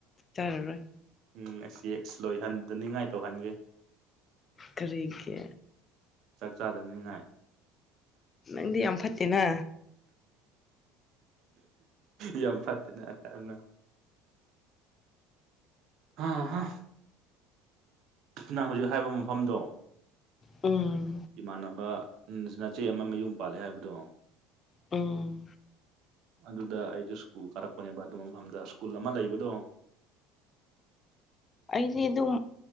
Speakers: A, on the left; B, on the right.
A: ꯆꯥꯔꯔꯣꯏ
B: ꯎꯝ ꯑꯁꯤ ꯑꯁ ꯂꯣꯏꯍꯟꯗꯅꯤꯡꯉꯥꯏ ꯇꯧꯍꯟꯒꯦ
A: ꯀꯔꯤꯒꯤ
B: ꯆꯥꯛ ꯆꯥꯗꯅꯤꯡꯉꯥꯏ
A: ꯅꯪꯗꯤ ꯌꯥꯝ ꯐꯠꯇꯦꯅ
B: ꯌꯥꯝ ꯐꯠꯇꯦꯅꯦ ꯈꯅ ꯍꯥ ꯍꯥ ꯅꯪ ꯍꯧꯖꯤꯛ ꯍꯥꯏꯕ ꯃꯐꯝꯗꯣ
A: ꯎ
B: ꯏꯃꯥꯟꯅꯕ ꯅꯆꯦ ꯑꯃ ꯃꯌꯨꯝ ꯄꯥꯜꯂꯦ ꯍꯥꯏꯕꯗꯣ
A: ꯎꯝ
B: ꯑꯗꯨꯗ ꯑꯩꯁꯨ ꯁ꯭ꯀꯨꯜ ꯀꯥꯔꯛꯄꯅꯦꯕ ꯑꯗꯨ‌ ꯃꯐꯝꯗ ꯁ꯭ꯀꯨꯜ ꯑꯃ ꯂꯩꯕꯗꯨ
A: ꯑꯩꯗꯤ ꯑꯗꯨꯝ